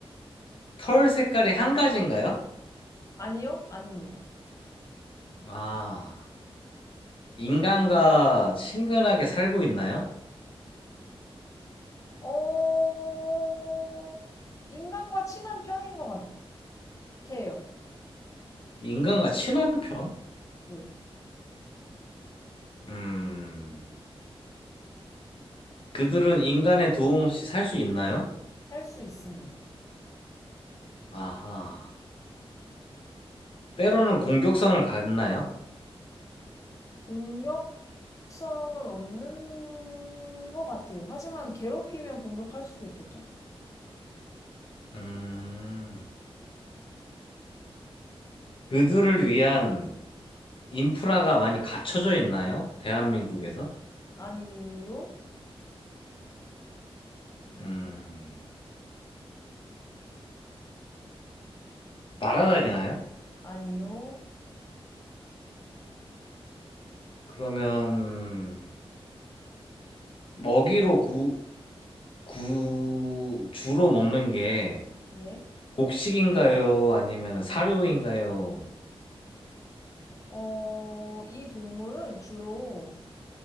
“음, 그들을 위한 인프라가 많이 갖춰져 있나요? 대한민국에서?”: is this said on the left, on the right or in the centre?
Left